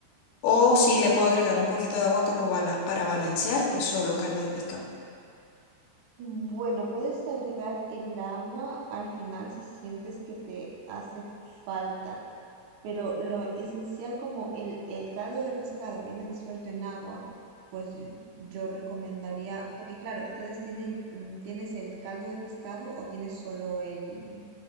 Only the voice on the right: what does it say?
Bueno, puedes agregar el agua al final si sientes que te hace falta. pero lo esencial como el, el caldo de pescado viene disuelto en agua, pues yo recomendaría, porque claro, ustedes tienen, mm, ¿tienes el caldo de pescado o tienes solo el,